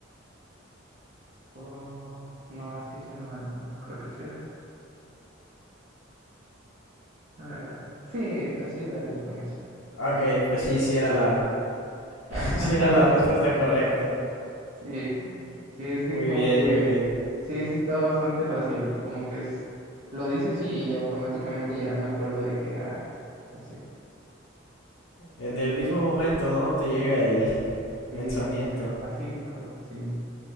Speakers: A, on the right; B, on the left.
A: oh, no, es que ese no, no, no creo que sea. Ah, sí, así dale con eso. <laughs>
B: Ok, pues sí, sí era la, <laughs>
A: Ah,
B: sí era la
A: mira,
B: respuesta correcta.
A: sí, sí, es que
B: Muy
A: como
B: bien,
A: que,
B: muy bien.
A: sí, sí estaba bastante fácil, como que es, lo dices y automáticamente ya me acuerdo de que, ah, así,
B: En el mismo momento, ¿no? Te llega el
A: sí,
B: pensamiento.
A: de que, ah, Pacífico, sí.